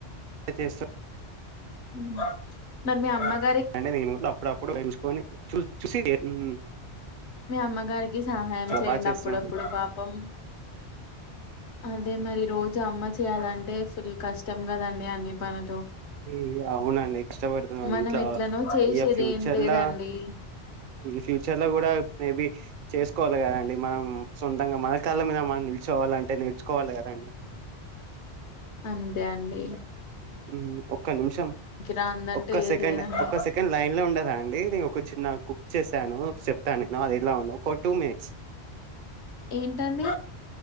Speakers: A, on the right (about 55°); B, on the left (about 80°).
A: అ చేస్స
B: ఉ మరి మీ అమ్మ న్
A: అంటే నేను అప్పుడప్పుడు ఎంచుకొని చూ చూసి ఉ ఉ
B: మీ అమ్మగారికి సహాయం చేయండి
A: బాగా చేస్తాం
B: అప్పుడప్పుడు పాపం అదే మరి రోజు అమ్మ చేయాలంటే ఫుల్ కష్టం గదండి అన్ని పనులు
A: ఈ అవునండి ఇష్టపడుతున్న
B: మనం
A: ఇంట్ల
B: ఎట్లనో చేసేది
A: ఇయ ఫ్యూచర్లాఊ
B: ఏం లేదండి
A: ఫ్యూచర్ ల గుడా మేబి చేసుకోవాలె కదండి మ సొంతంగ మన కాళ్ళ మీద మనం నిల్చుకోవాలంటే నేర్చుకోవాలె గదండి
B: అంతే అండీ
A: ఊ ఒక్క నిమిషం
B: రాందంటూ
A: ఒక్క
B: ఏది
A: సెకండ్
B: లేదండి
A: ఒక్క సెకండ్ లైన్ లో ఉండరా అండి నేను ఒక చిన్న కుక్ చేశాను చెప్తాను నాది ఎలా ఉందో ఒక టూ మినిట్స్
B: ఏంటండి